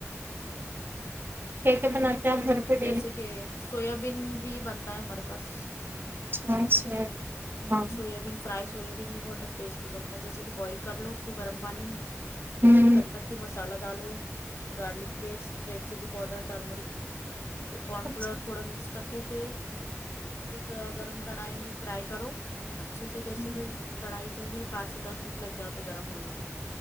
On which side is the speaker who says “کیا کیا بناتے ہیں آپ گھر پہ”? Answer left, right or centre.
Right